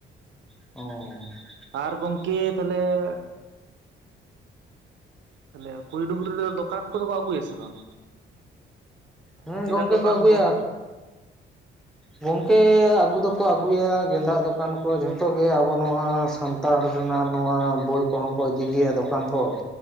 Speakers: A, in the centre; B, on the right.
A: ᱚᱻ
B: ᱟᱨ ᱜᱚᱝᱠᱮ ᱛᱟᱦᱚᱞᱮ <inaudible> ᱛᱟᱦᱚᱞᱮ ᱠᱷᱩᱸᱲᱤ ᱰᱩᱝᱨᱤ ᱨᱮ ᱫᱚᱠᱟᱱ ᱠᱚᱫᱚᱠᱚ ᱟᱹᱜᱩᱭᱟ ᱥᱮ ᱵᱟᱝ? <unintelligible>
A: ᱦᱮᱸ
B: ᱜᱮᱸᱫᱟᱜ
A: ᱜᱚᱢᱠᱮ
B: ᱫᱚᱠᱟᱱ
A: ᱟᱹᱜᱩᱭᱟ
B: ᱠᱚ
A: ᱜᱚᱢᱠᱮ ᱟᱹᱜᱩ ᱫᱚᱠᱚ ᱟᱹᱜᱩᱭᱟ ᱜᱮᱸᱫᱟᱜ ᱫᱚᱠᱟᱱ ᱠᱚ ᱡᱷᱚᱛᱚ ᱜᱮ ᱟᱵᱚ ᱱᱚᱣᱟ ᱥᱟᱱᱛᱟᱲ ᱨᱮᱱᱟᱜ ᱱᱚᱣᱟ ᱵᱳᱭ ᱠᱚᱦᱚᱸ ᱠᱚ ᱤᱫᱤ ᱜᱮᱭᱟ ᱫᱚᱠᱟᱱ ᱠᱚ᱾